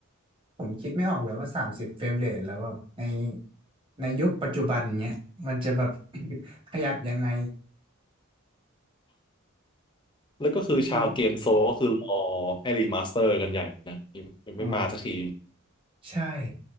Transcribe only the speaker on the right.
ผมคิดไม่ออกเลยว่าสามสิบเฟรมเรทแล้วแบบในในยุคปัจจุบันเนี้ยมันจะแบบ <laughs> ขยับยังไง
มัน
อ๋อใช่